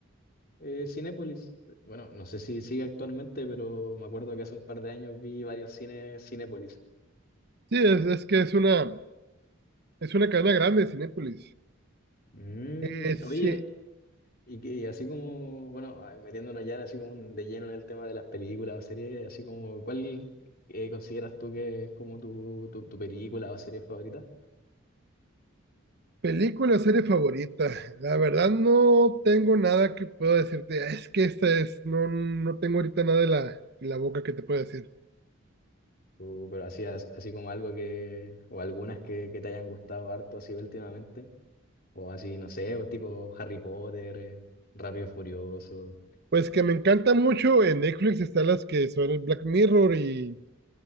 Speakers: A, on the left; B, on the right.
A: eh, Cinépolis. Bueno, no sé si sigue actualmente, pero me acuerdo que hace un par de años vi varios cines Cinépolis.
B: sí, es, es que es una, es una cadena grande Cinépolis.
A: Mm,
B: Eh, sí,
A: oye, y, que- y así como, bueno, ah, metiéndonos ya así como un- de lleno en el tema de las películas o series, así como, ¿cuál eh, consideras tú que es como tu, tu, tu película o serie favorita?
B: película, serie favorita, la verdad no tengo nada que pueda decirte, es que esta es, no, no tengo ahorita nada en la, en la boca que te pueda decir.
A: O, pero así, as- así como algo que, o algunas que, que te hayan gustado harto así últimamente. O así, no sé, o tipo Harry Potter, eh, Rápido y Furioso.
B: Pues que me encanta mucho en Netflix están las que son el Black Mirror y